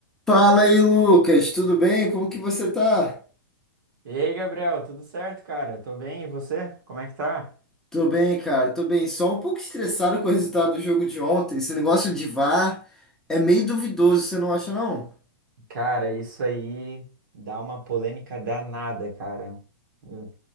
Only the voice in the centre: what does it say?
Fala aí, Lucas, tudo bem? Como que você tá?
Tô bem, cara, tô bem. Só um pouco estressado com o resultado do jogo de ontem. Esse negócio de VAR é meio duvidoso, você não acha, não?